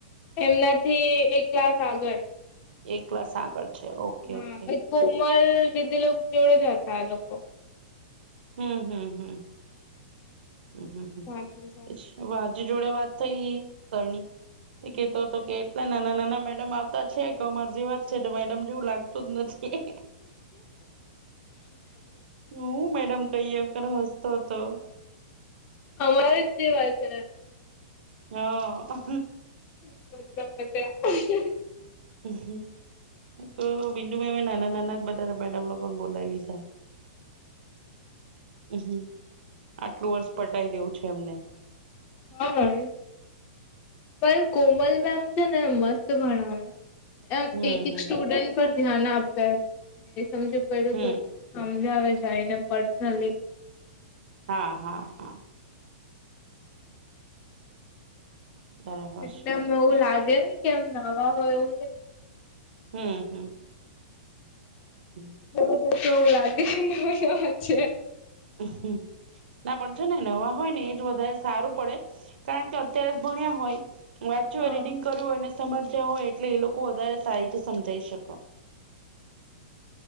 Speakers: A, on the left (about 25°); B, on the right (about 65°).
A: એમનાથી એક ક્લાસ આગળ.
B: એક ક્લાસ આગળ છે. ઓકે-ઓકે.
A: હા કોમલ, વિધી લોક જોડે જ હતા આ લોકો.
B: હમ્મ-હમ્મ-હમ્મ-હમ્મ-હમ્મ-હમ્મ.
A: સાથે સાથે
B: <unintelligible> <unintelligible> જોડે વાત થઈ સરની. ઈ કહેતો હતો કે એટલા નાના-નાના મેડમ આવતા છે, કે અમાર જેવાં જ છે, તો મેડમ જેવું લાગતું જ નથી. હું મેડમ કહીએ, એમ કરીને હસતો હતો.
A: અમારે જ જેવા છે.
B: હા.
A: <unintelligible>
B: <inaudible> તો બિંદુભાઈ મેં નાના નાના જ બધા મેડમ લોકોને બોલાય લીધા. હ આટલું વર્ષ પટાઈ દેવું છે એમને
A: હા એ પણ કોમલ મેમ છેને, મસ્ત ભણાવ્યો. એમ
B: હમ
A: એક એક
B: હમ
A: સ્ટુડન્ટ પર ધ્યાન આપે. સમજ પડ્યું
B: હમ
A: તો સમજાવે છે એને પર્સનલી
B: હા હા હા બરાબર
A: એટલે
B: છે.
A: આમ એવું લાગે નહી કે એમ નવા હોય, એવુ
B: હમ્મ હમ્મ <inaudible>
A: ચ તો તો એવું લાગે તમા વાત છે.
B: હ હમ્મ ના પણ છે ને નવા હોય ને એ જ વધારે સારું પડે. કારણ કે અત્યારે જ ભણ્યા હોય. વાંચ્યું
A: હા
B: હોય. રીડિંગ કર્યું હોય. અને સમજ્યા હોય. એટલે એ લોકો વધારે સારી રીતે સમજાવી શકે